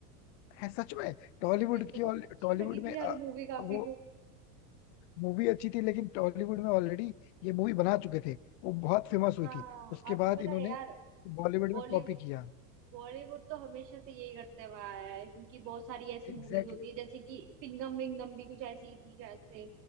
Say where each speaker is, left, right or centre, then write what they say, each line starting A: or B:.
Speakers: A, on the left; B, on the right.
A: है सच में टॉलीवुड
B: मेरे को
A: की
B: तो
A: ऑल-
B: अच्छी
A: टॉलीवुड
B: लगी
A: में
B: थी यार
A: अ,
B: मूवी काफी
A: वो
B: वो
A: मूवी अच्छी थी लेकिन टॉलीवुड में ऑलरेडी ये मूवी बना चुके थे वो बहुत फेमस हुई
B: हाँ
A: थी उसके
B: आपको
A: बाद
B: पता है
A: इन्होंने
B: यार
A: बॉलीवुड
B: बॉलीवुड
A: में कॉपी किया
B: बॉलीवुड तो हमेशा से यही करते हुआ आया है इनकी बहुत सारी ऐसी
A: Exactly
B: मूवीज होती
A: exactly.
B: है जैसे कि सिंघम विंगम भी कुछ ऐसी ही थी शायद से